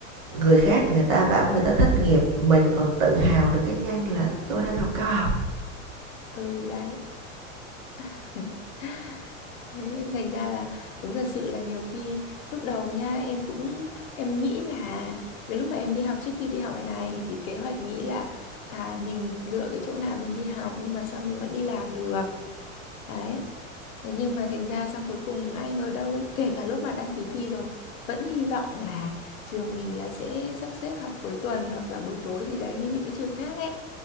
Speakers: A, on the right; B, on the left.
A: người khác người ta bảo người ta thất nghiệp, mình còn tự hào được cái danh là tôi đang học cao học.
B: ừ đấy <laughs> Thế nên thành ra là đúng thật sự là nhiều khi lúc đầu nha em cũng em nghĩ là cái lúc mà em đi học trước khi đi học này này thì kế hoạch nghĩ là à mình lựa cái chỗ nào mình đi học nhưng mà sao mình vẫn đi làm được đấy Thế nhưng mà thành ra xong cuối cùng ai ngờ đâu kể cả lúc mà đăng ký thi rồi vẫn hy vọng là trường mình là sẽ sắp xếp học cuối tuần hoặc là buổi tối gì đấy như những cái trường khác ấy